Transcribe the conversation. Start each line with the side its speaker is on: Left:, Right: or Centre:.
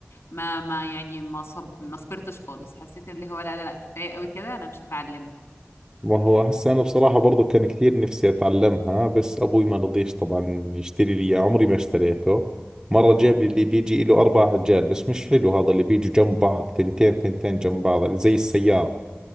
Left: ما ما يعني ما صب... ما صبرتش خالص حسيت اللي هو لا لا لا كفاية قوي كده أنا مش هتعلمه
Right: ما هو هسه أنا بصراحة برضو كان كثير نفسي أتعلمها بس أبوي ما رضيش طبعا يشتري لي إياه عمري ما اشتريته مرة جاب لي اللي بيجي له أربع عجال بس مش حلو هذا اللي بيجوا جنب بعض ثنتين ثنتين جنب بعض زي السيارة